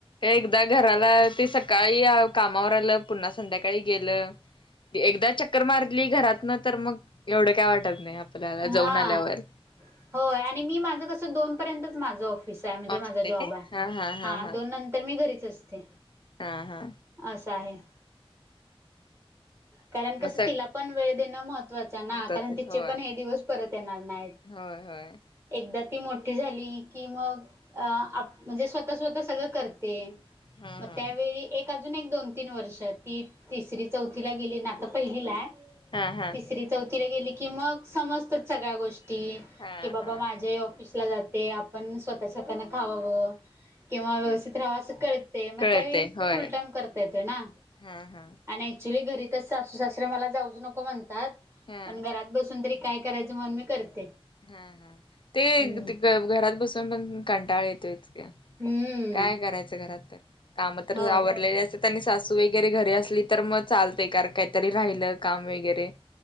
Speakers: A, on the left (about 55°); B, on the right (about 25°).
A: एकदा घराला, ते सकाळी कामावर आलं. पुन्हा संध्याकाळी गेलं. एकदा चक्कर मारली घरातन तर मग, एवढं काय वाटत नाही. आपल्याला
B: हा
A: जाऊन आल्यावर
B: होय आणि मी माझ कस, दोन पर्यंतच माझं ऑफिसाय. म्हणजे
A: असते
B: माझा जॉब
A: काय
B: हाय.
A: हा हा हा हा
B: दोन नंतर मी घरीच असते.
A: हा हा
B: असं आहे <inaudible> कारण काय,
A: मग
B: तिला पण वेळ देणं महत्त्वाचंय ना.
A: महत्वाचं
B: कारण तिचे
A: होय
B: पण हे दिवस परत येणार नाहीत.
A: होय होय
B: एकदा ती मोठी झाली की मग, अ आप म्हणजे स्वतः स्वतः सगळं करते.
A: हा हा
B: मग त्यावेळी एक अजून एक दोन तीन वर्ष. ती तीसरी चौथला गेली ना. आता ती पहिलीलाय.
A: हा हा
B: तसरी चौथीला गेली की मग, समजतात सगळ्या गोष्टी.
A: हा
B: की बाबा
A: हा
B: माझे आई ऑफिस जाते. आपण स्वतः स्वतः खावाव. किंवा व्यवस्थित राहावा. अस कळ ते. मग
A: कळते
B: त्यावेळी
A: होय
B: फुल टाइम करता येतोय ना.
A: हा हा
B: आणि ऍक्च्युली घरीतच सासू सासरे मला जाऊच नको म्हणतात.
A: हा
B: पण घरात बसून तरी काय करायचं म्हणन मी करते.
A: हा हा ते
B: हम्म
A: घरात बसून पण कंटाळा येतोइच की.
B: हम्म
A: काय करायचं घरात? तर काम तर
B: हो
A: आवरलेले अस त्यांनी सासू वगैरे घरी असली तर मग चालते. कारण काहीतरी राहिलं काम वगैरे.